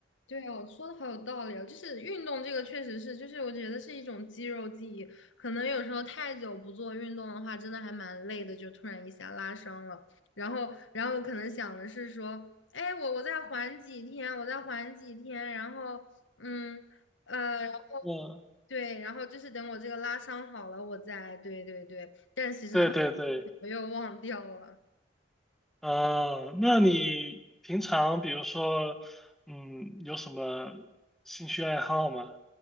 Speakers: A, on the left; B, in the centre.
A: 对哦，说的好有道理哦，就是运动这个确实是，就是我觉得是一种肌肉记忆，可能有时候太久不做运动的话，真的还蛮累的，就突然一下拉伤了。然后，然后我可能想的是说，哎，我我再缓几天，我再缓几天，然后，嗯，呃，然后
B: 嗯，
A: 对，然后就是等我这个拉伤好了，我再，对对对，但是其实然后
B: 对对对，
A: 我又忘掉了。
B: 啊，那你平常比如说，嗯，有什么兴趣爱好吗？